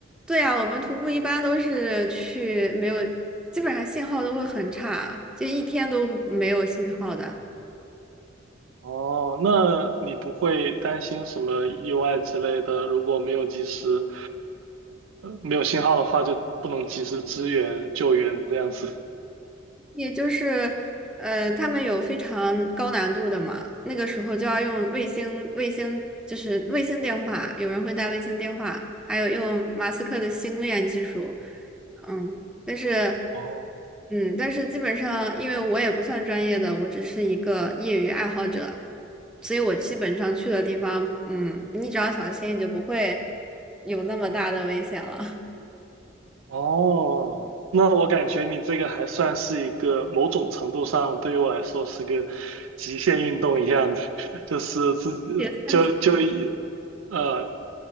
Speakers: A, in the centre; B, on the right.
A: 对呀，我们徒步一般都是去没有，基本上信号都会很差，就一天都没有信号的。
B: 哦，那你不会担心什么意外之类的？如果没有及时，没有信号的话，就不能及时支援救援这样子。
A: 也就是，呃，他们有非常高难度的嘛，那个时候就要用卫星，卫星就是卫星电话，有人会带卫星电话，还有用马斯克的星链技术，嗯，但是，
B: 哦
A: 嗯，但是基本上，因为我也不算专业的，我只是一个业余爱好者，所以我基本上去的地方，嗯，你只要小心，你就不会有那么大的危险了。
B: 哦，那我感觉你这个还算是一个某种程度上对于我来说是个极限运动一样的，<laughs> 就是自己就就一
A: <laughs> 也算极，
B: 呃，